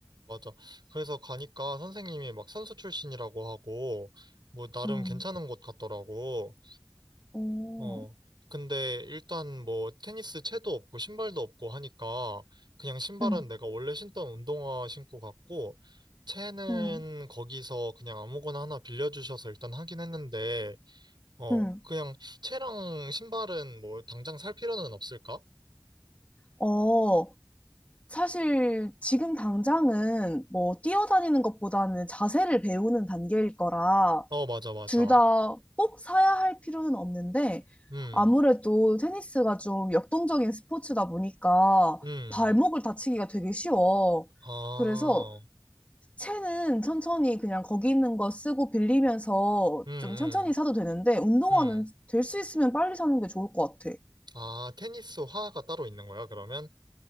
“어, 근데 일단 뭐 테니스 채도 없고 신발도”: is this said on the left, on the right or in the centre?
Right